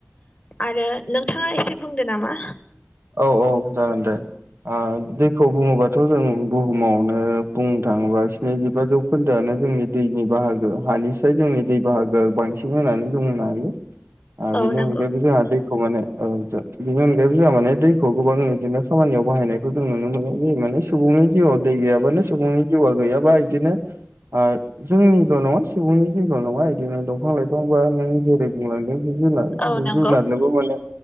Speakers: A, on the left; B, on the right.
A: आरो नोंथाङा एसे बुंदो नामा
B: औ औ जागोन दे ओ दैखौ बुङोबाथ' जों बुहुमावनो बुंनो थाङोबा स्निजिबा जौखो खोन्दोआनो जोंनि दैनि बाहागो हानिसाय जोंनि दै बाहागोआ बांसिन होनानै जों बुंनो हायो
A: <inaudible>
B: ओ बिनि
A: नंगौ
B: अनगायैबो जोंहा दैखौ माने ओ जों बिनि अनगायैबो जोंहा माने दैखौ गोबां बिदिनो खामानियाव बाहायनायखौ जों नुनो मोनो जायो माने सुबुंनि जिउआव दै गैयाबानो सुबुंनि जिउआ गैयाबा इदिनो ओ जोंनिल' नङा सुबुंनि जिउल' नङा इदिनो दंफां-लाइफांबा नों जेरै बुंलांदों जिब-जुनार
A: औ
B: जिब-जुनारनोबो
A: नंगौ
B: माने